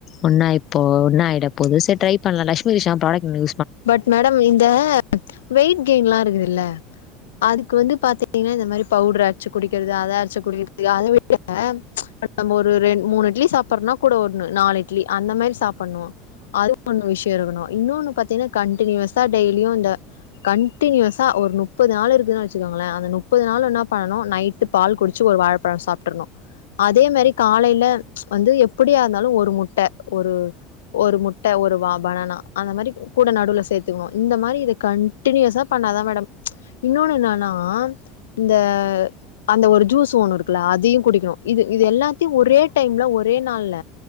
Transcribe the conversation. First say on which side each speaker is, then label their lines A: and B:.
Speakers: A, on the left; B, on the left.
A: ஒன்னா இப்ப ஒன்னு ஆயிட போது சரி ட்ரை பண்ணலா லஷ்மி ரிஷான்னு ப்ராடகட் ஒன்னு
B: பட் மேடம் இந்த வெயிட் கெயின்லா இருந்துதுல்ல அதுக்கு வந்து பாத்தீங்கன்னா இந்த மாதிரி பவுட்ர ச்சு குடிக்கிறது அத அரச்சு குடிக்கிறது அத விட நம்ம ஒரு ரெண் மூணு இட்லி சாப் புறோனா கூட ஒண்ணு நாலு இட்லி அந்த மாரி சாப்பிண்ணு அது ஒனூ விஷயோ இருக்கணு இன்னொன்னு பாத்தீன்னா கண்டினியூவஸா டெய்லீயு இந்த கண்டினியூவஸா ஒரு முப்பது நாள் இருக்குதுன்னு வச்சுக்கோங்களே அந்த முப்பது நாளு என்னா பண்ணனு நைட் டு பால் குடிச்சு ஒரு வாழபழோ சாப்ட்ரணு அதே மாரி காலையில வந்து எப்டியா இருந்தாலு ஒரு முட்ட ஒரு ஒரு முட்ட ஒரு வா பனனா அந்த மாரி கூட நடுவுல சேத்துக்கணு இந்த மாரி இத கண்டினியூவஸா பண்ணாதா மேடம் இன்னொன்னு என்னான்னா இந்த அந்த ஒரு ஜூஸ் ஒண்ணு இருக்குல்ல அதையு குடிக்கணு இது இது எல்லாத்தையு ஒரே டைம்ல ஒரே நாள்ல